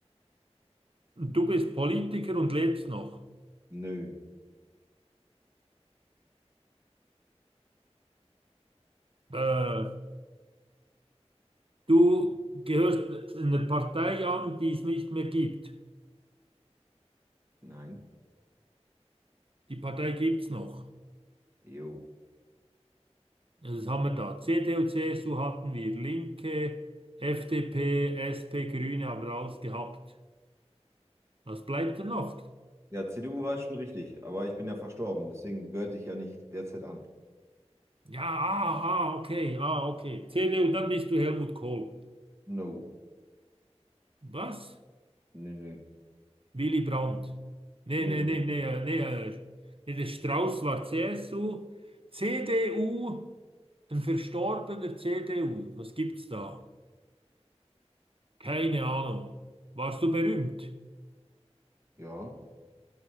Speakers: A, on the right; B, on the right.
A: Du bist Politiker und lebst noch.
B: Nö,
A: Äh, du gehörst einer Partei an, die es nicht mehr gibt.
B: nein,
A: Die Partei gibt's noch.
B: jo.
A: Das haben wir da. CDU, CSU hatten wir. Linke, FDP, SP, Grüne haben wir alles gehabt. Was bleibt denn noch?
B: Ja, CDU war schon richtig, aber ich bin ja verstorben, deswegen gehörte ich ja nicht derzeit an.
A: Ja, ah, ah, okay, ah, okay. CDU, dann bist du Helmut Kohl.
B: No,
A: Was?
B: nö, nö,
A: Willy Brandt. Nee,
B: nö,
A: nee,
B: nö.
A: nee, nee, äh, nee, äh, nee, der Strauß war CSU. CDU, ein verstorbener CDU. Was gibt's da? Keine Ahnung. Warst du berühmt?
B: Ja,